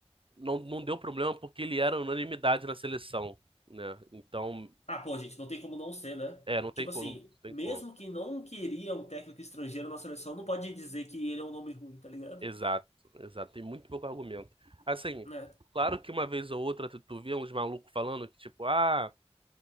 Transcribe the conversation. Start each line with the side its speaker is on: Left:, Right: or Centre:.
Right: não, não deu problema porque ele era unanimidade na seleção né? Então,
Left: Ah, pô, gente, não tem como não ser, né?
Right: É, não tem
Left: Tipo
Right: como,
Left: assim,
Right: não tem
Left: mesmo
Right: como.
Left: que não queria um técnico estrangeiro na seleção, não pode dizer que ele é um nome ruim, tá ligado?
Right: Exato, exato. Tem muito pouco argumento. Assim,
Left: Né?
Right: claro que uma vez ou outra tu, tu vê uns malucos falando que, tipo, ah,